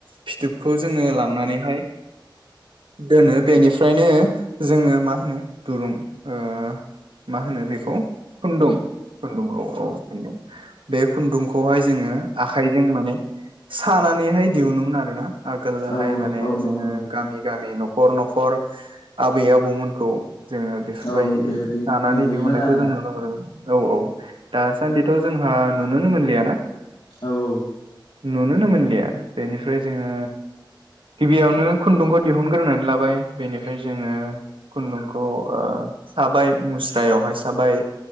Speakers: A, on the right; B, on the left.
A: फिथुबखौ जोङो लांनानैहाय दोनो बेनिफ्रायनो जोङो मा होनो दुरुं ओ मा होनो बेखौ खुन्दुं खुन्दुं औ औ खुन्दुं बे खुन्दुंखौ हाय जोङो आखाइजों माने सानानैहाय दिहुनोमोन आरो ना। आगोलहाय
B: औ
A: माने
B: औ नंगौ
A: जोङो
B: नंगौ
A: गामि गामि नखर नखर आबै आबौमोनखौ जोङो बेफोरबायदि
B: औ बेबायदि
A: दानानै
B: नुयोमोन
A: दिहुननायखौ
B: आरोना
A: जों नु औ नों ओ औ दासान्दिथ जोंहा नुनोनो मोनलिया ना?
B: औ औ
A: नुुनोनो मोनलिया बेनिफ्राय जोङो गिबियावनो खुन्दुंखौ दिहुनग्रोनानै लाबो। सुबाबाय बेनिफ्राय जोङो खुन्दुंखौ साबाय मुस्रायावहाय साबाय